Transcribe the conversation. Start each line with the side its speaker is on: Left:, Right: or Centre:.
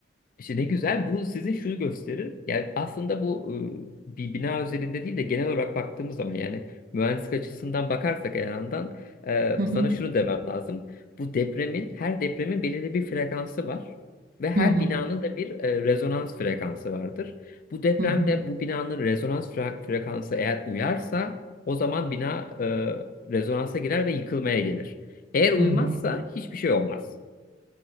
Left: İşte ne güzel bu sizin şunu gösterir. Yani aslında bu e, bir bina özelinde değil de genel olarak baktığımız zaman yani mühendislik açısından bakarsak eğer yandan e,
Right: Hı hı,
Left: sana şunu demem lazım. Bu depremin her depremin belirli bir frekansı var ve her
Right: hı hı,
Left: binanın da bir e, rezonans frekansı vardır. Bu depremle
Right: hı hı,
Left: bu binanın rezonans fre- frekansı eğer uyarsa o zaman bina e, rezonansa girer ve yıkılmaya gelir. Eğer uymazsa
Right: hı hı.
Left: hiçbir şey olmaz.